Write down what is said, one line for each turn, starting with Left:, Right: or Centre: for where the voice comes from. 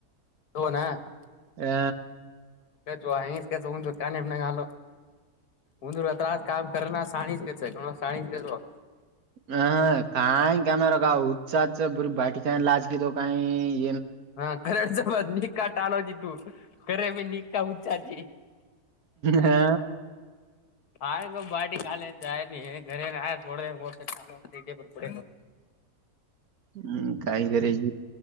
Left: <unintelligible>
Right: ಹಾ
Left: <unintelligible> ಕಾನನ್ನಗಾಲ ಹಊಂದು ರ ತ್ರತ್ ಕಾಮ ಕ ಶಾಣಿಜ ಕಸ ಗ ಶಾಣಜ ಕ
Right: ಹ ಹ ಕಾಯ ಕಾಮೇರ <unintelligible> ಲಜಕಿದ್ದ ಕಾಯ
Left: ಹಾ ಕಡಸ ಬ ನಿಕಕ್ಕಾಟಾಲೋಚ ತು ಕರ ಮ ನಿಕಾ ಉಚ್ಚಾರ
Right: ಹಾ
Left: ಆಯ್ತು ಬಾಟಿ ಕಾಲ ಜಾಯ ನೀ ಸೋಟಿಯ ಪಡೆ <inaudible>
Right: ಹ್ಮ್ ಕ ಕರಜ